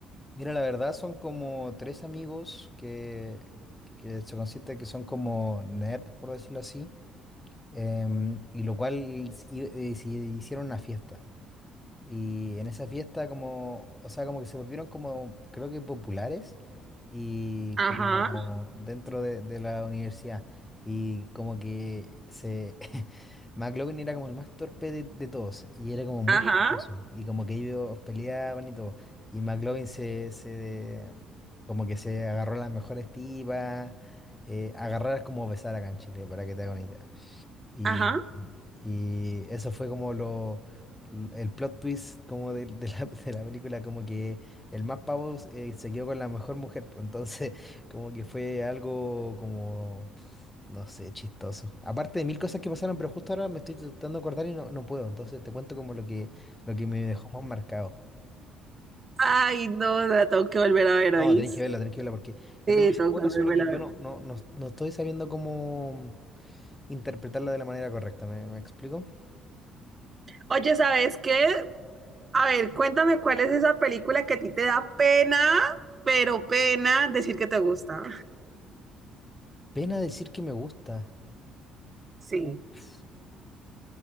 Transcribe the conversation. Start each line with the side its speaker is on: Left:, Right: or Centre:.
Left: Mira, la verdad son como tres amigos que, que se consiste que son como nerd, por decirlo así, em, y lo cual hi- eh, se hicieron una fiesta. Y en esa fiesta como, o sea, como que se volvieron como, creo que populares y
Right: Ajá,
Left: como dentro de, de la universidad. Y como que se... <laughs> McLovin era como el más torpe de, de todos y era como muy
Right: ajá,
Left: chistoso. Y como que ellos peleaban y todo. Y McLovin se, se como que se agarró a las mejores tipas. eh, agarrar es como besar acá en Chile, para que te hagas una idea. Y,
Right: ajá.
Left: y eso fue como lo, el plot twist como de, de la, <laughs> de la película, como que el más pavo eh, se quedó con la mejor mujer, pues entonces <laughs> como que fue algo como, no sé, chistoso. Aparte de mil cosas que pasaron, pero justo ahora me estoy tratando de acordar y no, no puedo, entonces te cuento como lo que, lo que me dejó más marcado.
Right: Ay, no, la tengo que volver a ver,
Left: No,
Right: ¿oís?
Left: tenéis que verla, tenéis que verla porque es
Right: Sí,
Left: demasiado
Right: tengo
Left: buena,
Right: que
Left: solo
Right: volver
Left: que
Right: a
Left: yo
Right: ver.
Left: no, no, no, no estoy sabiendo cómo interpretarla de la manera correcta, ¿me, me explico?
Right: Oye, ¿sabes qué? A ver, cuéntame cuál es esa película que a ti te da pena, pero pena decir que te gusta.
Left: Pena decir que me gusta.
Right: Sí.
Left: Uf.